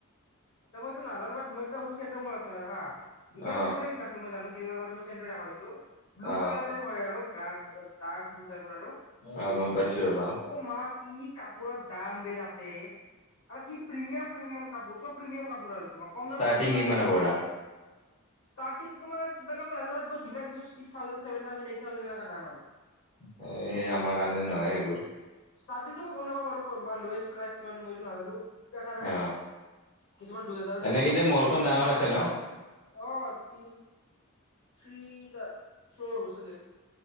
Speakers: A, on the left (about 65°); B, on the left (about 35°).
A: আচ্ছা মই এইটো নানাবাদ মই যেতিয়া কছো চে মল আছিল আৰু হা <unintelligible> এতিয়া
B: অ
A: চেণ্টৰ লিখা আ মই জানো কেই আত তমই চেণ্টৰ দেখা পাইছো ব্লু
B: অ
A: কালাৰৰ হয় আৰু <unintelligible> ড্ ডাৰ্ক ব্লো টাইপৰ আৰু
B: অ
A: বিল্ডিং
B: গম
A: টো
B: পাইছো ৰবা
A: অ মা কি <unintelligible> কাপোৰৰ দাম বেলাকে আৰু কি প্ৰিমিয়াম প্ৰিমিয়াম কাপোৰ চব প্ৰিমিয়াম কাপোৰ আৰু তোমাৰ কম
B: ষ্টাৰ্টিং
A: দামৰ কাপোৰ নাইয়ে
B: কিমানৰ পৰা
A: ষ্টাৰ্টিং তোমাৰ কিমান দাম মই নাজানো মই যিমান দেখিছো ছিক্স থাউ যেন চেভেন থাউযেন গেট থাউজেণ্ড এ দাম আৰু
B: সেই আমাৰ কাৰণে নহয় সেইবোৰ
A: ষ্টাৰ্টিংটো মই গম নাপা বাৰু ল'য়েষ্ট প্ৰাইচ কি মই যো নাজানো দেখা নাই
B: অ
A: কিছুমান দুইহেজাৰো দিছিলো
B: এনে কিন্তু মলখন
A: বাট
B: ডাঙৰ
A: বহুত দাম
B: আছে ন
A: অ তিনি ফ্ৰীটা ফ্ল'ৰ হ'ব চাগে